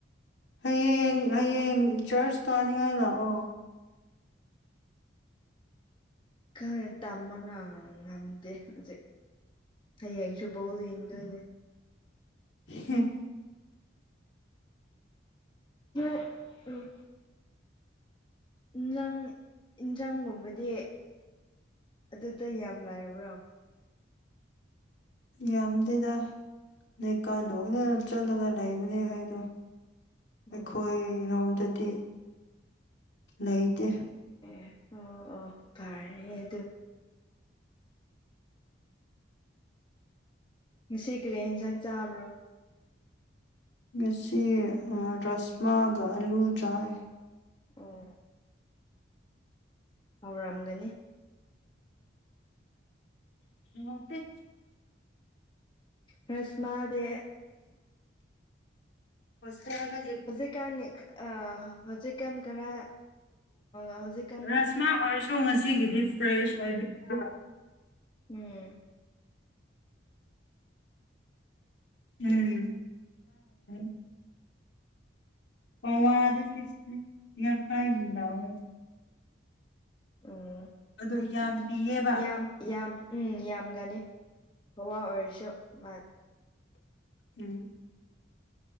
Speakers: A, on the left (about 65°); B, on the left (about 25°).
A: ꯍꯌꯦꯡ ꯍꯌꯦꯡ ꯆꯔꯁ ꯀꯥꯅꯤꯡꯉꯥꯏ ꯂꯥꯛꯑꯣ
B: ꯈꯪꯉꯦ ꯇꯝꯕ ꯉꯝꯗꯦ ꯍꯧꯖꯤꯛ ꯍꯌꯦꯡꯁꯨ ꯕꯣꯜ ꯌꯦꯡꯗꯣꯏꯅꯦ
A: ꯍꯝ
B: <unintelligible> ꯅꯪ ꯏꯟꯖꯥꯡꯒꯨꯝꯕꯗꯤ ꯑꯗꯨꯗ ꯌꯥꯝ ꯂꯥꯏꯔꯕ꯭ꯔꯣ
A: ꯌꯥꯝꯗꯦꯗ ꯂꯩꯀꯥꯏ ꯂꯣꯏꯅ ꯆꯠꯂꯒ ꯂꯩꯕꯅꯦ ꯑꯩꯗꯣ ꯑꯩꯈꯣꯏ
B: ꯎꯝ
A: ꯔꯣꯝꯗꯗꯤ ꯂꯩꯇꯦ
B: ꯑꯦ ꯑꯣ ꯑꯣ ꯐꯔꯦ ꯑꯗꯨ ꯉꯁꯤ ꯀꯔꯤ ꯏꯟꯖꯥꯡ ꯆꯥꯕ꯭ꯔꯣ
A: ꯉꯁꯤ ꯔꯥꯁꯃꯒ ꯑꯥꯂꯨ ꯆꯥꯏ
B: ꯑꯣ ꯑꯣ ꯍꯥꯎꯔꯝꯒꯅꯤ
A: ꯍꯥꯎꯇ‌ꯦ
B: ꯔꯁꯃꯥꯗꯦ
A: <unintelligible>
B: ꯍꯧꯖꯤꯛꯀꯥꯟ ꯑ ꯍꯧꯖꯤꯛꯀꯥꯟ ꯈꯔ ꯑ ꯍꯧꯖꯤꯛ
A: ꯔꯁꯃꯥ ꯑꯣꯏꯔꯁꯨ ꯉꯁꯤꯒꯤꯗꯤ ꯐ꯭ꯔꯦꯁ ꯑꯣꯏꯕꯒꯤ ꯀ‌ꯣ
B: ꯎꯝ
A: ꯎꯝ <unintelligible> ꯄꯋꯥꯗ ꯐꯤꯞꯇꯤ ꯌꯦꯈꯥꯏꯒꯤ ꯂꯥꯎꯑꯦ
B: ꯎꯝ
A: ꯑꯗꯨ ꯌꯥꯝ ꯄꯤꯌꯦꯕ
B: ꯌꯥꯝ ꯌꯥꯝ ꯎꯝ ꯌꯥꯝꯒꯅꯤ ꯄꯋꯥ ꯑꯣꯏꯔꯁꯨ ꯃ
A: ꯎꯝ